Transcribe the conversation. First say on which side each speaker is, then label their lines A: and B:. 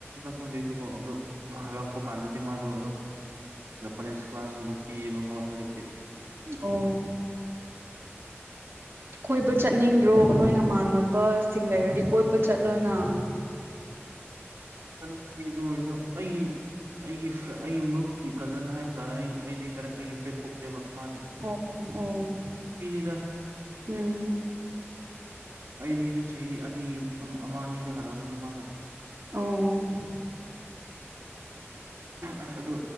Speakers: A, on the right; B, on the right.
A: ꯈꯪꯗꯦꯁꯨ ꯀꯣ ꯑꯗꯣ ꯍꯜꯂꯛꯄ ꯀꯥꯟꯗꯗꯤ ꯃꯥꯗꯣ ꯑꯗꯨꯝ ꯖꯄꯥꯅꯤꯁ ꯀ꯭ꯂꯥꯁꯀꯨꯝꯕ ꯄꯤꯌꯦꯕ ꯃꯣꯏ ꯍꯧꯖꯤꯛꯇꯤ
B: ꯑꯣ ꯀꯣꯏꯕ ꯆꯠꯅꯤꯡꯗ꯭ꯔꯣ ꯅꯣꯏꯅ ꯃꯥꯟꯅꯕꯁꯤꯡ ꯂꯩꯔꯗꯤ ꯀꯣꯏꯕ ꯆꯠꯂꯣꯅ
A: ꯈꯟꯗꯦ ꯑꯗꯨ ꯑꯣꯏꯔꯁꯨ ꯑꯩ ꯑꯩꯒꯤ ꯐ꯭ꯔꯦ ꯑꯩꯒꯤ ꯃꯔꯨꯞꯀꯤ ꯀꯖꯟ ꯍꯥꯏꯕ ꯇꯥꯔꯦ ꯑꯩꯗꯤ ꯗꯥꯏꯔꯦꯛ ꯑꯩꯒꯤ ꯐ꯭ꯔꯦꯟ ꯊꯣꯛꯇꯦꯕ ꯃꯥꯗꯤ
B: ꯑꯣ ꯑꯣ
A: ꯏꯅꯤꯗ
B: ꯎꯝ
A: ꯑꯩꯗꯤꯁꯨ ꯆꯍꯤ ꯑꯅꯤ ꯑꯃ ꯑꯅꯤꯗ ꯍꯜꯂꯝꯒꯅꯤ ꯃꯥꯅ
B: ꯑꯣ
A: ꯑꯁ ꯑꯗꯨ